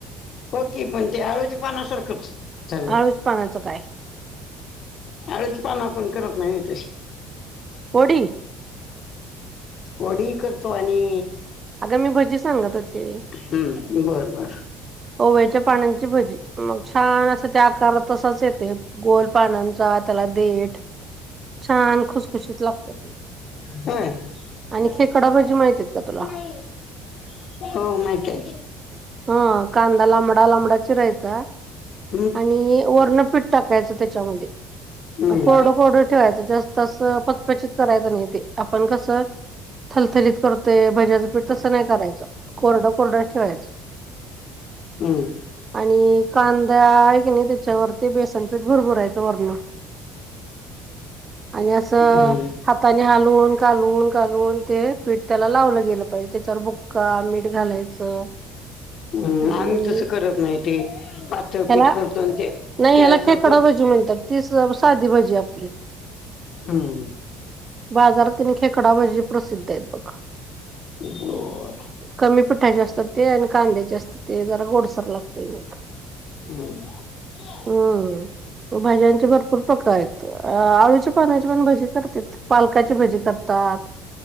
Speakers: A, on the left (about 50°); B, on the right (about 30°).
A: हो की पण ते आळूची पानासारखंच. झालं.
B: अळूच्या पानाचं काय?
A: आळची पान आपण करत नाही व्हय तशी?
B: वडी.
A: वडी करतो आणि
B: अगं मी भजी सांगत होते.
A: हम्म बर बर.
B: ओव्याच्या पाण्याची भजी मग छान असं त्या कर तसाच येते गोल पानांचा त्याला देट. छान खुसखुशीत लागते.
A: होय <unintelligible>
B: आणि खेकडा भाजी माहितीत का तुला
A: नाही. हो माहती आहे की.
B: ह कांदा लांबडा-लांबडा चीरायचा.
A: <inaudible>
B: आणि वरन पीठ टाकायचं त्याच्यामध्ये
A: हम्म
B: कोरडं-कोरडं ठेवायचं जास्त तसं पचपचीत करायचं नाही ते आपण कसं थलथलीत करते भज्याचं पीठ तसं नाही करायचं कोरडं-कोरडं ठेवायचं.
A: हम्म.
B: आणि कांदा आहे की नाही त्याच्यावरती बेसनपीठ भरभुरायचं वरन. आणि असं
A: हम्म
B: हातांनी हालवून, कालवून-कालवून ते पीठ त्याला लावलं गेलं पाहिजे त्याच्यावर बुक्का, मीठ, - ते घालायचं.
A: हम्म
B: आणि
A: आम्ही तसं करत नाही ते पातळपीठ
B: ह्याला
A: करतो आणि ते.
B: नाही
A: त्यातच
B: ह्याला खेकडा भजी म्हणतात तीच साधी भजी आपली. <inaudible>
A: हम्म
B: बाजारातील खेकडा भजी प्रसिद्ध आहेत बघा.
A: बर
B: <inaudible> कमी पिठाचे असतात. ते आणि कांद्याचे असते ते जरा गोडसर लागतय मग.
A: हम्. <unintelligible>
B: हम्म भाज्यांचे भरपूर प्रकार आहेत. आळूच्या पानाची पण भजी करतात. पालकाची भजी करतात.